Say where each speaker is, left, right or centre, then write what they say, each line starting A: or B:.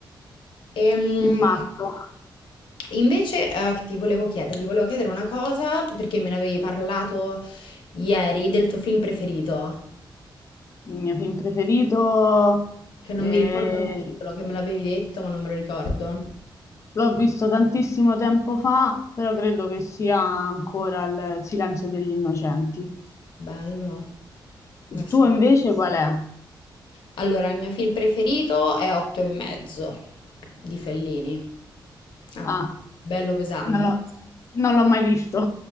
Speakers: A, on the left (about 80°); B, on the left (about 35°).
A: Ehm,
B: il matto.
A: invece, eh, ti volevo chiedere, ti volevo chiedere una cosa perché me ne avevi parlato ieri del tuo film preferito.
B: Il mio film preferito...
A: che non
B: eh,
A: mi ricordo il titolo, che me l'avevi detto, ma non me lo ricordo.
B: L'ho visto tantissimo tempo fa, però credo che sia ancora il Silenzio degli Innocenti.
A: Bello. Ma
B: Il
A: sì.
B: tuo invece qual è?
A: Allora, il mio film preferito è Otto e mezzo di Fellini. Ah,
B: Ah,
A: Bello pesante.
B: non l'ho non l'ho mai visto.